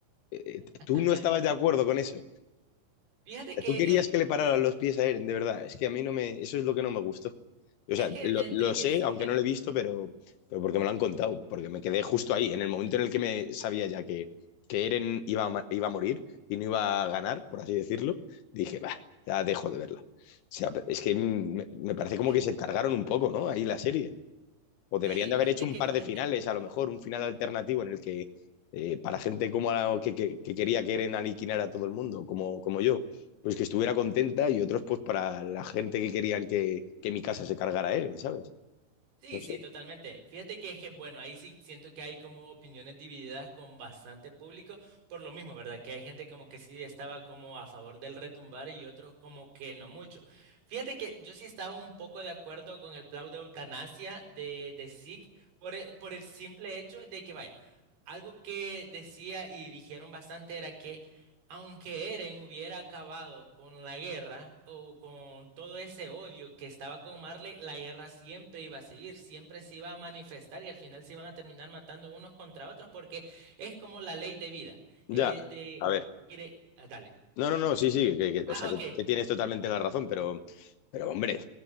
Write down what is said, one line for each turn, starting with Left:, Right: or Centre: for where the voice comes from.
Left: Eh, eh,
Right: <laughs>
Left: ¿tú no estabas de acuerdo con eso?
Right: Fíjate que
Left: Tú querías
Right: en-
Left: que le pararan los pies a Eren, de verdad. Es que a mí no me. Eso es lo que no me gustó. O
Right: es
Left: sea,
Right: que
Left: lo,
Right: entre
Left: lo
Right: que
Left: sé,
Right: sí,
Left: aunque
Right: que
Left: no
Right: no.
Left: lo he visto, pero, pero porque me lo han contado, porque me quedé justo ahí, en el momento en el que me sabía ya que, que Eren iba a, ma- iba a morir y no iba a ganar, por así decirlo, dije, va, ya dejo de verla. O sea, pero es que mm, me, me parece como
Right: <laughs>
Left: que se cargaron un poco, ¿no? Ahí la serie. O deberían
Right: Sí,
Left: de haber
Right: o-
Left: hecho
Right: es
Left: un
Right: que
Left: par
Right: fíjate.
Left: de finales, a lo mejor, un final alternativo en el que eh, para gente como la, que, que, que quería que Eren aliquinar a todo el mundo, como, como yo, pues que estuviera contenta y otros pues para la gente que querían que, que mi casa se cargara a Eren, ¿sabes?
Right: Sí,
Left: No
Right: sí,
Left: sé.
Right: totalmente. Fíjate que es que, bueno, ahí sí siento que hay como opiniones divididas con bastante público, por lo mismo, ¿verdad? Que hay gente como que sí estaba como a favor del retumbar y otros como que no mucho. Fíjate que yo sí estaba un poco de acuerdo con el plan de eutanasia de, de SICK por el, por el simple hecho de que, vaya, algo que decía y dijeron bastante era que aunque Eren hubiera acabado con la guerra o con todo ese odio que estaba con Marley, la guerra siempre iba a seguir, siempre se iba a manifestar y al final se iban a terminar matando unos contra otros porque es como la ley de vida.
Left: Ya,
Right: Eh, de,
Left: a ver.
Right: cre- ah, dale,
Left: No, no, no,
Right: ¿qué
Left: sí,
Right: pasó?
Left: sí, que, que-
Right: Ah,
Left: o sea, que,
Right: ok.
Left: que tienes totalmente la razón, pero, pero hombre,